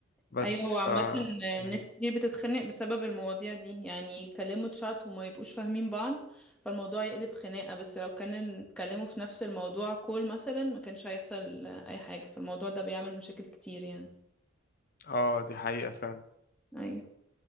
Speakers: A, on the left; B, in the centre.
A: بس
B: أيوة، هو
A: ف
B: عامة ناس
A: م.
B: كتير بتتخنق بسبب المواضيع دي يعني يكلموا تشات وما يبقوش فاهمين بعض فالموضوع يقلب خناقة بس لو كان اتكلموا في نفس الموضوع كول مثلا ما كانش هيحصل اي حاجة فالموضوع ده بيعمل مشاكل كتير يعني
A: اه دي حقيقه فعلا
B: ايوه